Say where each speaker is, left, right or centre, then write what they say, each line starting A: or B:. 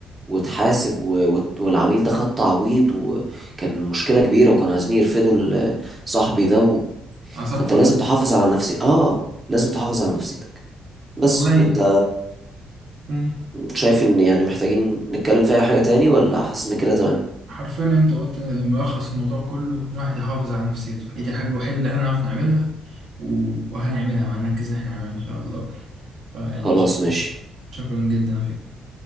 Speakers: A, on the right (about 20°); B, on the right (about 70°).
A: واتحاسب و- وات- والعميل ده خد تعويض وكان مشكلة كبيرة وكانوا عايزين يرفدوا ال- صاحبي ده و...
B: أعصابه
A: فانت
B: فلت
A: لازم تحافظ على نفسي اه آه، لازم
B: مم.
A: تحافظ على نفسيتك بس
B: والله
A: انت
B: مم.
A: شايف ان يعني محتاجين نتكلم في اي حاجة تاني ولا حاسس ان كده تمام
B: حرفيا انت قلت ملخص الموضوع كله إن الواحد يحافظ على نفسيته ايه دي الحاجة الوحيدة اللي احنا نعرف نعملها و- وهنعملها وهنركز ان احنا نعملها ان شاء الله فيعني
A: خلاص
B: شكرا
A: ماشي
B: شكرا جدا فيك